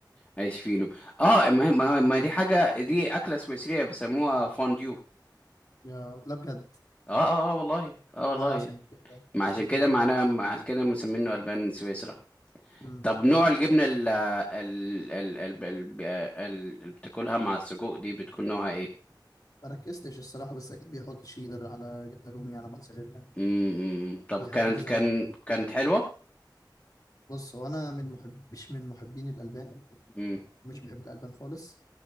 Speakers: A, on the left (about 20°); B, on the left (about 50°).
A: عيش فينو اه ما ما ما دي حاجه دي اكله سويسريه بيسموها فونديو
B: يا لا بجد
A: اه اه اه والله اه والله
B: آه عشان كده
A: ما
B: عشان
A: عشان
B: كده
A: كده معناها ما عشان كده مسمينه البان سويسرا
B: مم.
A: طب نوع الجبنه ال ال ال ال- ال- ال- اللي بتاكلها مع السجق دي بتكون نوعها ايه
B: ما ركزتش الصراحة بس أكيد بيحط شيدر على جبنة رومي على موتزاريلا
A: امم طب
B: بيحط
A: كانت
B: كذا
A: كان
B: نوع
A: كانت حلوة
B: بص هو أنا من محب مش من محبين الألبان
A: امم
B: مش بحب الألبان خالص